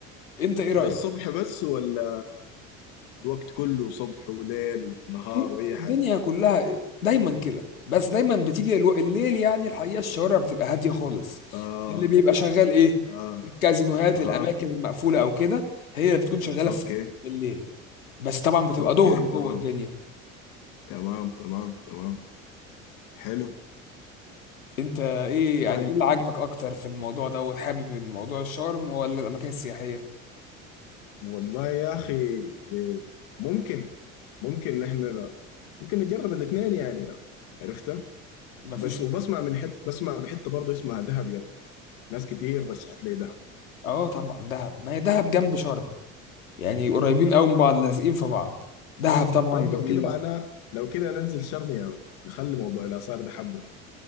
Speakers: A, on the left; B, on the left.
A: انت ايه رأيك
B: ده الصبح بس ولا الوقت كله صبح وليل ونهار
A: تو-
B: واي
A: الدنيا
B: حاجه
A: كلها دايما كده بس دايما بتيجي الو- الليل يعني الحقيقه الشوارع بتبقى هاديه خالص
B: اه
A: اللي بيبقى شغال ايه
B: اه
A: الكازينوهات
B: اها
A: الاماكن المقفوله او كده هي اللي بتكون شغاله
B: اوكي
A: في الليل بس طبعا بتبقى
B: اوكي
A: ظهر
B: تمام
A: جوه الدنيا
B: تمام تمام تمام حلو
A: انت ايه يعني
B: طيب
A: ايه اللي عاجبك اكتر في الموضوع ده وحابب الموضوع الشرم ولا الاماكن السياحيه
B: والله يا اخي إيه، ممكن ممكن احنا ممكن نجرب الاثنين يعني عرفتها
A: مفيش
B: بس وبسمع من حت بسمع بحته برضه اسمها دهب يعني ناس كتير رشحت لي دهب
A: اه طبعا دهب ما هي دهب جنب شرم يعني قريبين قوي من بعض لازقين في بعض دهب طبعا
B: طيب
A: جميله
B: لو كده معناه لو كده ننزل شرم يا ولد. نخلي موضوع الاثار ده حبه كده